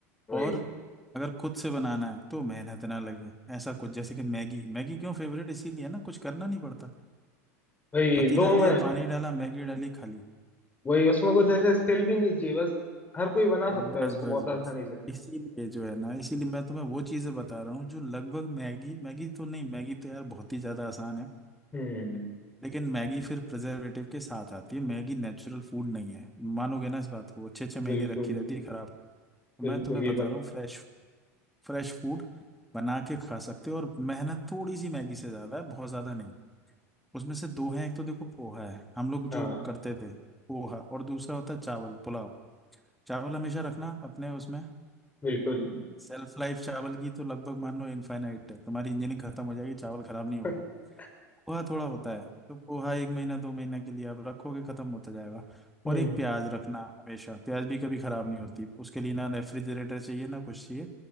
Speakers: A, on the left; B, in the centre.
A: वही
B: और अगर खुद से बनाना है तो मेहनत ना लगे ऐसा कुछ जैसे कि मैगी मैगी क्यों फेवरेट इसीलिए है ना कुछ करना नहीं पड़ता
A: वही
B: पतीला
A: दो
B: लिया
A: में
B: पानी डाला मैगी डाली खाली
A: वही उसमें कुछ ऐसे स्किल भी नहीं चाहिए बस हर कोई बना
B: बस
A: सकता है उसको
B: बस
A: बहुत
B: बस
A: आसानी से
B: इसीलिए जो है ना इसीलिए मैं तुम्हें वो चीज़ें बता रहा हूँ जो लगभग मैगी मैगी तो नहीं मैगी तो यार बहुत ही ज़्यादा आसान है
A: हम्म
B: लेकिन मैगी फिर प्रिजर्वेटिव के साथ आती है मैगी नेचुरल फूड नहीं है मानोगे ना इस बात को अच्छे अच्छे महीने
A: बिल्कुल
B: रखी रहती है खराब तो
A: बिल्कुल
B: मैं तुम्हें
A: ये
B: बता
A: बात
B: रहा हूँ फ्रेश फ्रेश फूड बना के खा सकते हो और मेहनत थोड़ी सी मैगी से ज्यादा है बहुत ज्यादा नहीं उसमें से दो हैं एक तो देखो पोहा है हम लोग जो
A: हाँ
B: करते थे पोहा और दूसरा होता है चावल पुलाव चावल हमेशा रखना अपने उसमें
A: बिल्कुल
B: सेल्फ लाइफ चावल की तो लगभग मान लो इनफाइनाइट है तुम्हारी इंजीनियरिंग खत्म हो जाएगी चावल खराब नहीं होगा
A: <laughs>
B: पोहा थोड़ा होता है तो पोहा एक महीना दो महीना के लिए आप रखोगे खत्म होता जाएगा
A: हम्म
B: और एक प्याज रखना हमेशा प्याज भी कभी खराब नहीं होती उसके लिए ना रेफ्रिजरेटर चाहिए ना कुछ चाहिए